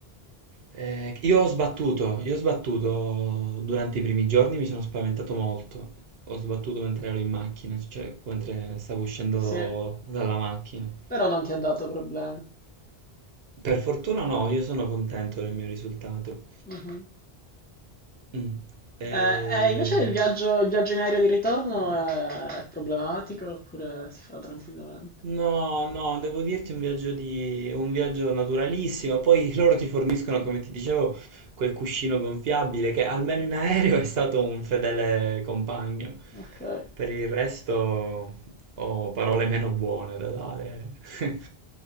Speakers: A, on the right (about 70°); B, on the left (about 15°).
A: Eh, io ho sbattuto, io ho sbattuto durante i primi giorni, mi sono spaventato molto. Ho sbattuto mentre ero in macchina, cioè mentre stavo uscendo
B: Sì,
A: dalla macchina.
B: però non ti ha dato problemi.
A: Per fortuna no, io sono contento del mio risultato.
B: Mhm.
A: Mm. Eh,
B: Eh, eh, invece il viaggio, il viaggio in aereo di ritorno è, è problematico oppure si fa tranquillamente?
A: No, no, devo dirti un viaggio, di... un viaggio naturalissimo. Poi <laughs> loro ti forniscono, come ti dicevo, quel cuscino gonfiabile che almeno in aereo <laughs> è stato un fedele compagno.
B: Ok,
A: Per il resto ho parole meno buone da dare. <laughs>